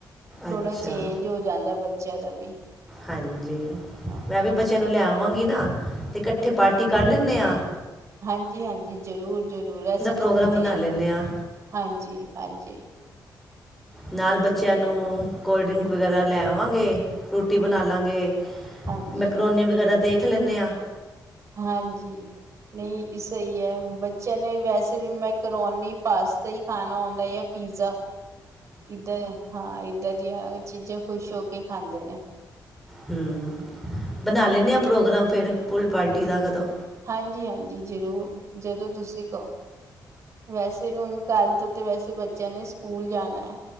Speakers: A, on the right; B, in the centre.
A: ਥੋੜਾ
B: ਅੱਛਾ
A: ਚੇਂਜ ਹੋ ਜਾਂਦਾ ਬੱਚਿਆਂ ਦਾ ਵੀ,
B: ਹਾਂਜੀ
A: ਹਾਂ।
B: ਮੈਂ ਵੀ ਬੱਚਿਆਂ ਨੂੰ ਲੈ ਆਵਾਂਗੀ ਨਾ ਤੇ ਕੱਠੇ ਪਾਰਟੀ ਕਰ ਲੈਂਣੇ ਆ।
A: ਹਾਂਜੀ-ਹਾਂਜੀ, ਜ਼ਰੂਰ-ਜ਼ਰੂਰ ਇਹ ਸਗੋਂ
B: ਪ੍ਰੋਗਰਾਮ
A: ਵਧੀਆ
B: ਬਣਾ ਲੈਂਦੇ ਹਾਂ
A: ਹਾਂਜੀ-ਹਾਂਜੀ।
B: ਨਾਲ ਬੱਚਿਆਂ ਨੂੰ ਕੋਲਡ ਡਰਿੰਕ ਵਗੈਰਾ ਲੈ ਆਵਾਂਗੇ, ਫਰੂਟੀ ਬਣਾ ਲਾਂਗੇ।
A: ਹਾਂਜੀ,
B: ਮੈਂਕੋਨੀੇ ਵਗੈਰਾ ਦੇਖ ਲੈਂਣੇ ਆ।
A: ਹਾਂਜੀ। ਨਹੀਂ ਸਹੀ ਐ, ਬੱਚਿਆਂ ਨੇ ਵੈਸੇ ਵੀ ਮੈਕਰੋਨੀ, ਪਾਸਤਾ ਹੀ ਖਾਣਾ ਹੁੰਦਾ ਐ। ਪੀਜ਼ਾ, ਇੱਧਾਂ ਹਾਂ ਇੱਦਾਂ ਦੀਆਂ ਚੀਜ਼ਾਂ ਖੁਸ਼ ਹੋ ਕੇ ਖਾਂਦੇ ਨੇ।
B: ਹੂੰ ਬਣਾ ਲੈਂਦੇ ਹਾਂ ਪ੍ਰੋਗਰਾਮ ਫਿਰ ਪੂਰੀ ਪਾਰਟੀ ਦਾ ਕਦੋਂ।
A: ਹਾਂਜੀ-ਹਾਂਜੀ, ਜ਼ਰੂਰ ਜਦੋਂ ਤੁਸੀਂ ਕਹੋ, ਵੈਸੇ ਵੀ ਹੁਣ ਕੱਲ ਤੇ ਵੈਸੇ ਬੱਚਿਆਂ ਨੇ ਸਕੂਲ ਜਾਣਾ,